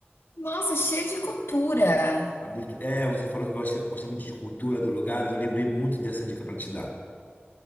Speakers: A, on the left; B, on the left.
A: Nossa, cheio de cultura.
B: absurda. É, você falou que gosta, gosta muito de cultura do lugar, eu lembrei muito dessa dica para te dar.